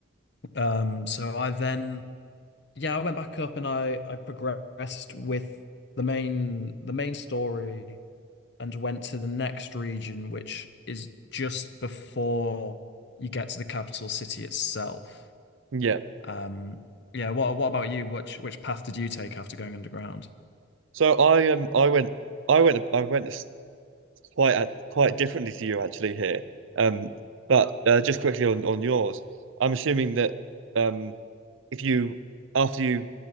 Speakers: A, on the left; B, on the right.
A: Um so I then yeah, I went back up and I I progressed with the main the main story and went to the next region, which is just before you get to the capital city itself.
B: yeah.
A: Um, yeah, what what about you? Which which path did you take after going underground?
B: So I um I went I went I went s- quite at, quite differently to you actually here. Um, but uh, just quickly on on yours, I'm assuming that um if you after you